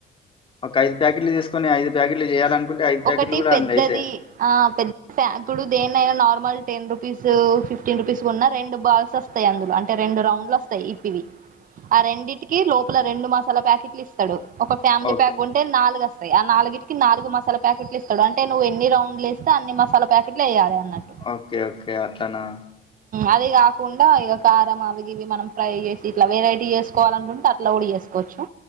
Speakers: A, on the left (about 30°); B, on the right (about 55°).
A: ఒక ఐదుప్యాకెట్లు తీసుకొని ఐదుప్యాకెట్లు చేయాలనుకుంటే ఐదు ప్యాకెట్లు
B: ఒకటి
A: కూడా
B: పెద్దది
A: అందులో వేసయాలి
B: ఆ పెద్ద ఇప్పుడు దేనైనా normal ten rupees fifteen rupees ఉన్నా రెండు బాల్స్ వస్తాయి అందులో అంటే రెండు రౌండ్లు వస్తాయి ఇ పివి ఆ రెండింటికి లోపల రెండు మసాలా ప్యాకెట్లు ఇస్తాడు ఒక ఫ్యామిలీ
A: ఓకే
B: ప్యాక్ కొం నాలుగుస్తయి ఆ నాలుగిటి కి నాలుగు మసాల ప్యాకెట్లిస్తడు అంటే నువ్వు ఎన్ని రౌండ్లు వేస్తే అన్ని మసాల ప్యాకెట్లు వేయాలి అన్నట్టు
A: ఓకే ఓకే అతను
B: అదే కాకుండా ఇక కారం అవి ఇవి మనం ఫ్రై చేసి ఇట్లా వెరైటీ చేసుకోవాలి అనుకుంటే అట్లా ఉడిగేస్తాం వచ్చా